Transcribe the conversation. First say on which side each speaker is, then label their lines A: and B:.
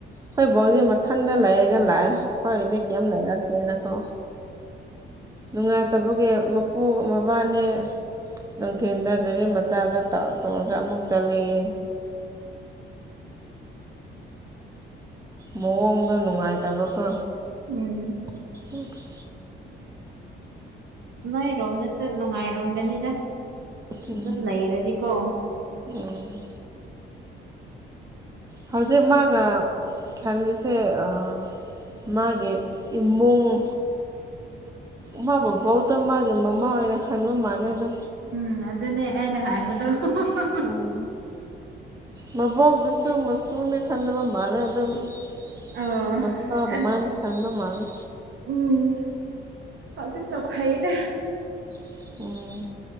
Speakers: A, on the right (about 15°); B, on the right (about 65°).
A: ꯑꯈꯣꯏ ꯕꫭꯛꯗꯤ ꯃꯊꯟꯗ ꯂꯩꯔꯒ ꯂꯥꯛꯑꯦ ꯑꯈꯣꯏꯒꯤꯗꯤ ꯀꯩꯝ ꯂꯩꯔꯛꯇꯦꯅꯀꯣ꯫ ꯅꯨꯡꯉꯥꯏꯇꯕꯒꯤ ꯃꯄꯨꯒ ꯃꯕꯥꯅꯤ ꯅꯨꯡꯊꯤꯟꯗ ꯒꯥꯔꯤ ꯃꯆꯥꯗ ꯇꯧꯔ ꯇꯣꯡꯉꯒ ꯑꯃꯨꯛ ꯆꯠꯂꯦꯌꯦ꯫ ꯃꯋꯣꯡꯗꯣ ꯅꯨꯡꯉꯥꯏꯇꯕꯀꯣ꯫
B: ꯎꯝ꯫
A: <unintelligible>
B: ꯅꯣꯏꯔꯣꯝꯗꯁꯨ ꯅꯨꯡꯉꯥꯏꯔꯝꯒꯅꯤꯗ
A: ꯎꯝ
B: ꯗꯨ ꯂꯩꯔꯗꯤꯀꯣ꯫
A: ꯎꯝ꯫ ꯍꯧꯖꯤꯛ ꯃꯥꯅ ꯈꯜꯂꯤꯁꯦ ꯑꯥ ꯃꯥꯒꯤ ꯏꯃꯨꯡ ꯃꯥꯥ ꯕꯣꯕꯣꯛꯇꯣ ꯃꯥꯒꯤ ꯃꯃꯥ ꯑꯣꯏꯅ ꯈꯟꯕ ꯃꯥꯜꯂꯦ ꯑꯗꯣ꯫
B: ꯎꯝ ꯑꯗꯨꯅꯦ ꯑꯩꯅ ꯍꯥꯏꯕꯗꯣ꯫ <unintelligible>
A: ꯎꯝ ꯃꯕꯣꯛꯗꯨꯁꯨ ꯃꯁꯨꯅꯦ ꯈꯟꯗꯕ ꯃꯥꯜꯂꯦ ꯑꯗꯨꯝ <unintelligible>
B: ꯑꯣ
A: ꯃꯆꯥ ꯑꯗꯨꯃꯥꯏꯅ
B: ꯑꯗ
A: ꯈꯟꯕ ꯃꯥꯜꯂꯦ꯫
B: ꯎꯝ ꯑꯗꯨꯒ ꯐꯩꯗ꯫
A: <unintelligible> ꯎꯝ